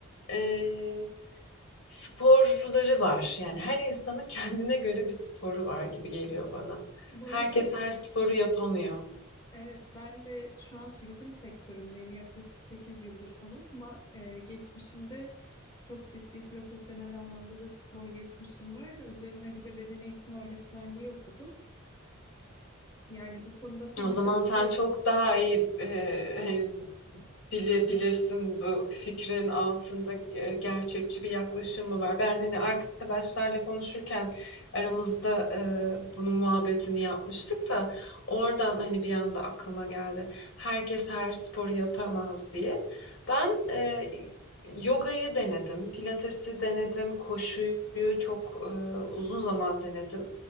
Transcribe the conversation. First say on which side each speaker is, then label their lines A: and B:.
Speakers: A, on the left; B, on the left.
A: eee, sporları var. Yani her insanın kendine göre bir sporu var gibi geliyor bana.
B: Bu
A: Herkes
B: arada evet.
A: her sporu yapamıyor.
B: Evet, ben de şu an turizm sektöründeyim yaklaşık 8 yıldır falan ama e, geçmişimde çok ciddi profesyonel anlamda da spor geçmişim var. Üzerine bir de beden eğitimi öğretmenliği okudum. Yani bu konuda sana
A: O zaman
B: katılıyorum.
A: sen çok daha iyi eee, hani, bilebilirsin bu fikrin altında e, gerçekçi bir yaklaşım mı var? Ben hani arkadaşlarla konuşurken aramızda e, bunun muhabbetini yapmıştık da oradan hani bir anda aklıma geldi. Herkes her sporu yapamaz diye. Ben e, yogayı denedim, pilatesi denedim, koşuyu çok e, uzun zaman denedim.